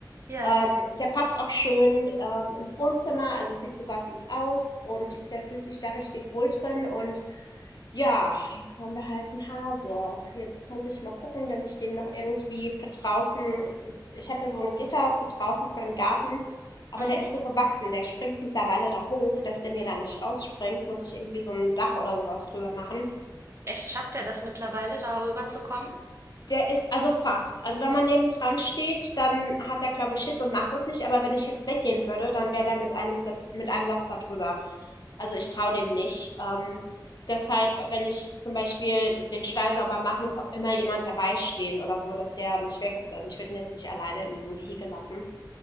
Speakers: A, on the right; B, on the left.
A: Ja.
B: Ähm, der passt auch schön, ähm, ins Wohnzimmer, also sieht sogar gut aus und der fühlt sich da richtig wohl drin und ja, jetzt haben wir halt einen Hase. Jetzt muss ich mal gucken, dass ich dem noch irgendwie für draußen ich habe ja so ein Gitter für draußen für den Garten, aber
A: Mhm.
B: der ist so gewachsen, der springt mittlerweile da hoch, dass der mir da nicht rausspringt, muss ich irgendwie so ein Dach oder sowas drüber machen.
A: Echt, schafft er das mittlerweile, darüber zu kommen?
B: Der ist also fast. Also wenn man nebendran steht, dann hat er, glaube ich, Schiss und macht das nicht. Aber wenn ich jetzt weggehen würde, dann wäre der mit einem Satz, mit einem Satz da drüber. Also ich traue dem nicht. Ähm, deshalb, wenn ich zum Beispiel den Stall sauber mache, muss auch immer jemand dabei stehen oder so, dass der nicht weghüpft. Also ich würde ihn jetzt nicht alleine in diesem Gehege lassen.